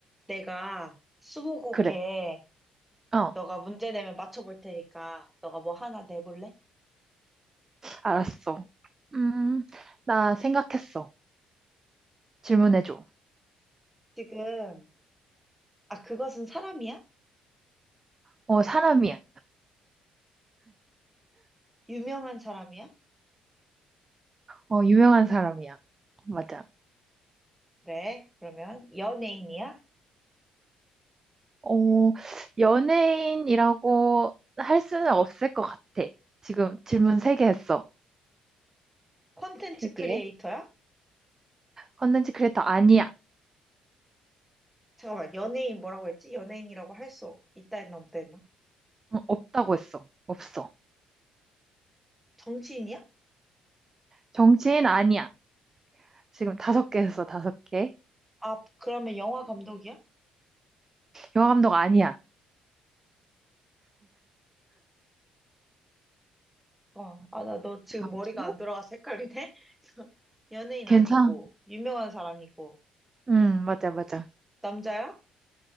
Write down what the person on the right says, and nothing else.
그래. 어,
알았어. 음, 나 생각했어. 질문해줘.
어, 사람이야.
어, 유명한 사람이야. 맞아.
어, 연예인이라고 할 수는 없을 것 같아. 지금 질문 세 개 했어.
세개
컨텐츠 크리에이터 아니야.
응, 없다고 했어. 없어.
정치인 아니야. 지금 다섯 개 했어, 다섯 개.
영화 감독 아니야.
남자?
괜찮아.
응, 맞아, 맞아.